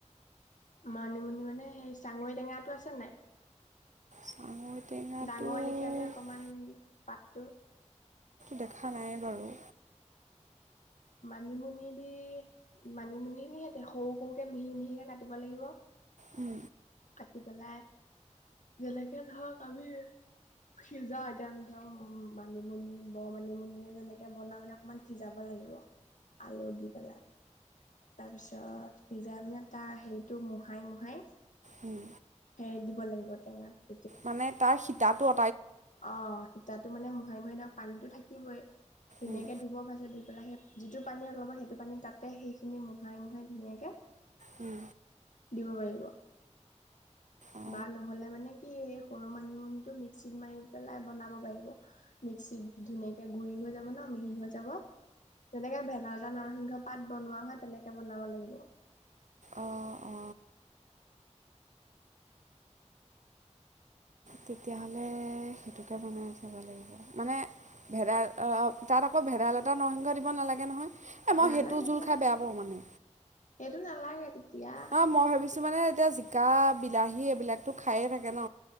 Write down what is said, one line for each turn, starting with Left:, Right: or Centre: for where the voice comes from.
Left: মানিমুনি মানে সেই চাঙৰিটেঙাটো আছে নাই?
Right: চাঙৈ টেঙাটোতো
Left: ডাঙৰ লিখা যে অকমান পাত। টো
Right: দেখা নাই বাৰু।
Left: মানিমুনি দি মানিমুনি খিনি সিহতে সৰু সৰুকে মিহি মিহিকে কাটিব লাগিব।
Right: উম
Left: কাটি পেলাই যেনেকে ধৰক আমি সিজাও এতিয়া আমি ধৰক মানিমুনি ব মানিমুনি যেনেকে বনাওঁ মানে অকমান সিজাব লাগিব আলু দি পেলাই তাৰপিছত সিজাই মানে তাৰ হেৰিটো মোহাই মোহাই
Right: উম
Left: সেই দিব লাগিব টেঙাটো।
Right: মানে তাৰ শি তাতো
Left: অ সীতাতো মানে হয় মই তক পানীতো থাকিবই। ধুনীয়াকে
Right: উম
Left: ধুব ভাজে ধুই পেলাই সেই যিটো পানীল'ব সেইটো পানী তাতে সেইখিনি মোহাই মোহাই ধুনীয়াকে
Right: উম
Left: দিব পাৰিব।
Right: অ
Left: বা নহলে মানে কি এই সৰু মানিমুনিটো মিক্সিত মাৰি পেলাই বনাব পাৰিব মিক্সিত ধুনীয়াকে গুৰি হৈ যাব ন মিহি হৈ যাব তেনেকে ভেদাইালতা নৰসিংহ পাত বনোৱা হয় তেনেকে বনাব লাগিব।
Right: অ অ তেতিয়াহ'লে সেইটোকে বনাই চাব লাগিব, মানে ভেদাই তাত আকৌ ভেদাই ভেদাইলতা নৰসিংহ দিব নালাগে নহয়? এই মই
Left: নালাগে
Right: সেইটো জোল
Left: নালাগে
Right: খাই বেয়া পাওঁ মানে
Left: সেইটো নালাগে। তেতিয়া
Right: অ মই ভাবিছো মানে। এতিয়া জিকা বিলাহী এইবিলাকতো খায়ে থাকে ন।